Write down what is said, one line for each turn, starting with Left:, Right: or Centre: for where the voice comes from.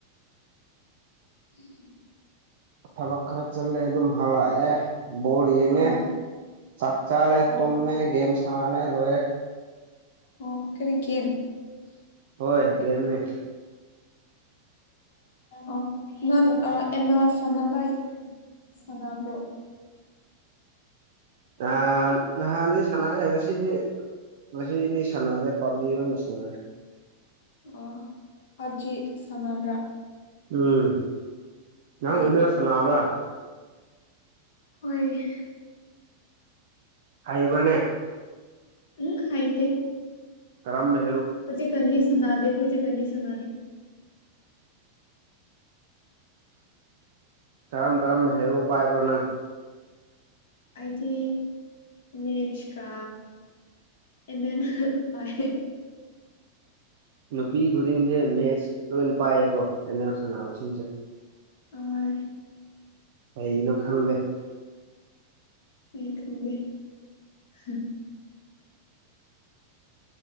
Left: ꯎꯝ
Right: ꯄ ꯄꯔ ꯆꯜꯂꯦ ꯑꯗꯨꯝ ꯍꯂ ꯑꯦ ꯕꯣꯜ ꯌꯦꯡꯉꯦ
Left: ꯑꯥ
Right: ꯆꯥꯛ ꯆꯥꯔꯦ
Left: ꯑꯣ
Right: ꯇꯨꯝꯃꯦ ꯒꯦꯝ ꯁꯥꯟꯅꯔꯦ ꯂꯣꯏꯔꯦ
Left: ꯑꯣ ꯀꯔꯤ ꯦꯃꯤ
Right: ꯍꯣꯏ ꯦꯦꯝꯅꯦ
Left: ꯑ ꯅꯥꯟ ꯑ ꯑꯦꯟꯅꯁꯅ ꯥꯏ ꯁꯅꯥꯝꯕ꯭ꯔꯣ
Right: ꯅꯍꯥꯟ ꯅꯍꯥꯟꯗꯤ ꯁꯅꯔꯦ ꯉꯁꯤꯗꯤ ꯉꯁꯤꯗꯤ ꯁꯅꯔꯔꯦ ꯄꯕꯂꯤꯑꯣ ꯅꯁꯂꯔ
Left: ꯑ ꯄꯞꯖꯤ ꯁꯥꯟꯅꯕ꯭ꯔꯥ
Right: ꯎꯝ ꯅꯪ
Left: ꯑꯦ
Right: ꯑꯦꯝ ꯑꯦꯜ ꯁꯥꯟꯅꯕ꯭ꯔꯥ
Left: ꯍꯣꯏ
Right: ꯍꯥꯏꯕꯅꯦ
Left: ꯎꯝ ꯍꯥꯏꯥꯏꯇ
Right: ꯀꯔꯝꯃꯦ
Left: ꯍꯧꯖꯤꯛ ꯀꯗꯤ ꯁꯅꯥꯗꯦ ꯍꯧꯖꯤꯛ ꯀꯗꯤ ꯁꯅꯥꯗ
Right: ꯀꯔꯝ ꯀꯔꯝ ꯍꯦꯔ ꯄꯥꯏꯕ꯭ꯔꯣ ꯅꯪ
Left: ꯑꯩꯗꯤ ꯃꯤꯦꯆꯀ ꯑꯦꯃꯦ ꯄꯥꯏ
Right: ꯅꯨꯄꯤ ꯈꯨꯗꯤꯡꯁꯦ ꯃꯦꯠꯁ ꯂꯣꯏ ꯄꯥꯏꯌꯦꯀꯣ ꯑꯦꯝ ꯑꯦ ꯁꯅꯥꯅꯕꯁꯤꯡꯁꯦ
Left: ꯑ
Right: ꯀꯩꯅꯣ ꯈꯪꯗꯦ
Left: ꯃ ꯈꯝꯕꯦ ꯎꯝ